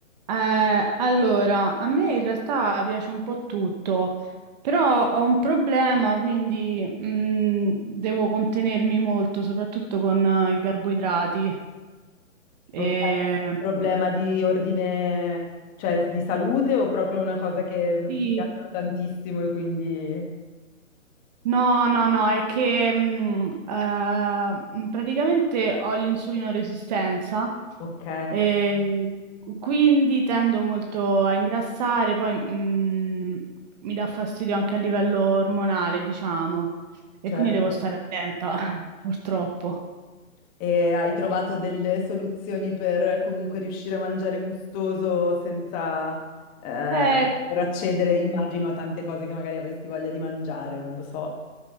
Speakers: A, on the right; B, on the left.
A: Eh, allora, a me in realtà piace un po' tutto, però ho un problema, quindi mh, devo contenermi molto, soprattutto con eh, i carboidrati.
B: Ok,
A: E,
B: problema
A: mh,
B: di ordine, cioè di salute o proprio una cosa che no-
A: sì,
B: ti piacciono tantissimo e quindi...
A: no, no, no, è che mh, eh, mh, praticamente ho l'insulino resistenza
B: Ok,
A: E quindi tendo molto a ingrassare, poi mh, mi dà fastidio anche a livello ormonale, diciamo, e
B: certo.
A: quindi devo stare attenta, <laughs> purtroppo.
B: E hai trovato delle soluzioni per comunque riuscire a mangiare gustoso senza eh,
A: Eh,
B: per accedere, immagino, a tante cose che magari avresti voglia di mangiare, non lo so.